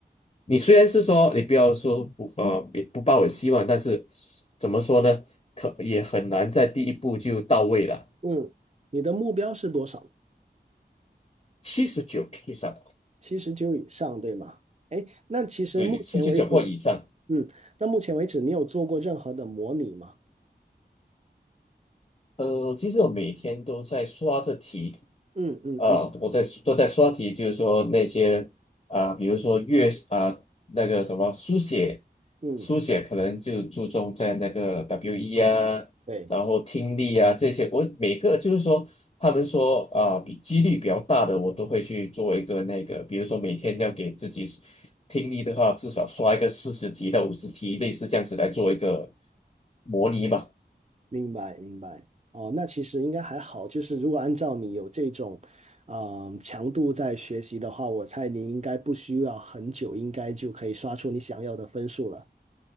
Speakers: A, on the left; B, on the right.
A: 你虽然是说你不要说不呃也不抱有希望，但是怎么说呢，可也很难在第一步就到位了，
B: 嗯，你的目标是多少呢？
A: 七十九以上，
B: 七十九以上，对吗？哎，那其实目前为止，
A: 对对，七十九或以上。
B: 嗯，那目前为止你有做过任何的模拟吗？
A: 呃，其实我每天都在刷着题。
B: 嗯嗯嗯
A: 啊，我在都在刷题，就是说那些啊，比如说阅啊那个什么书写，
B: 嗯，
A: 书写可能就注重在那个 WE 啊，
B: 对。
A: 然后听力啊这些，我每个就是说他们说啊比几率比较大的，我都会去做一个那个，比如说每天要给自己听力的话，至少刷一个四十题到五十题，类似这样子来做一个模拟吧。
B: 明白，明白。哦，那其实应该还好。就是如果按照你有这种，嗯，强度在学习的话，我猜你应该不需要很久，应该就可以刷出你想要的分数了。